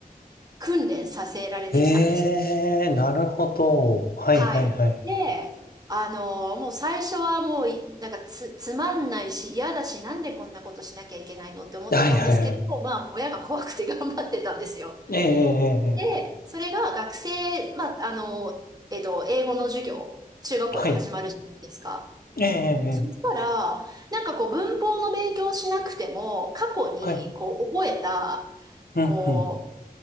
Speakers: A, on the right; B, on the left.
A: 訓練させられてきたんですね。
B: ええ、なるほど。はい、
A: はい。
B: はい、はい。
A: で、あのもう最初はもうい、なんかつ、つまんないし嫌だし、なんでこんなことしなきゃいけないのって思ってたんですけど、
B: はいはいはい。
A: まあ、親が怖くて頑張ってたんですよ。
B: ええ、ええ、ええ
A: で、それが学生、まあ、あの、えっと、英語の授業、中学校で始まるじゃないですか。
B: はい。ええ、ええ、ええ
A: そしたら、なんかこう文法の勉強をしなくても、過去にこう覚えた、
B: はい。うん、
A: こう、
B: うん。